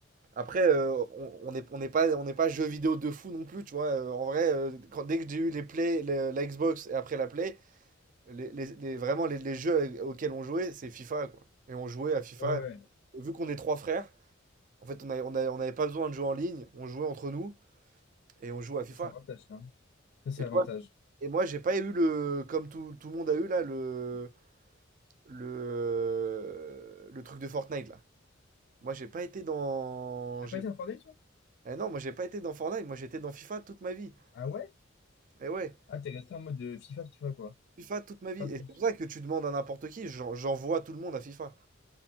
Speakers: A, on the right; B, on the left.
A: Après, euh, on on n'est on n'est pas, on n'est pas jeu vidéo de fou non plus, tu vois. Euh, en vrai, euh, quand, dès que j'ai eu les Play, le- la Xbox et après la Play, les, les- les- vraiment les, les jeux avec- auxquels on jouait, c'est FIFA, quoi. Et on jouait à FIFA.
B: Ouais, ouais,
A: Et vu qu'on est trois frères, en fait, on a- on a- on n'avait pas besoin de jouer en ligne, on jouait entre nous et on jouait à FIFA.
B: c'est l'avantage, ça. Ça, c'est
A: Et
B: l'avantage.
A: toi, et moi, j'ai pas eu le, comme tout, tout le monde a eu là, le, le, le truc de Fortnite là. Moi, j'ai pas été dans,
B: T'as
A: j'ai,
B: pas été en informé, toi?
A: eh non, moi j'ai pas été dans Fortnite, moi j'étais dans FIFA toute ma vie.
B: Ah ouais?
A: Et ouais.
B: Ah, t'es resté en mode euh, FIFA, FIFA, quoi.
A: FIFA toute ma vie.
B: Pas plus.
A: Et c'est pour ça que tu demandes à n'importe qui, j'en- j'envoie tout le monde à FIFA.